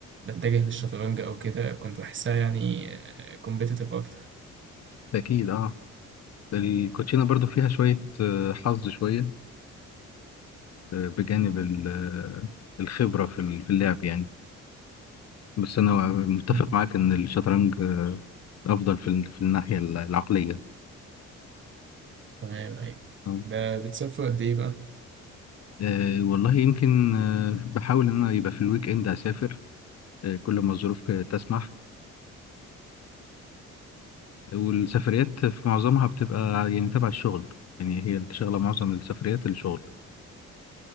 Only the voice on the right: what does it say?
بتجه للشطرنج او كده كنت بحسها يعني كومبيتيتيف اكتر
مم.
تمام ايوه
ب- بتسافر قد ايه بقى؟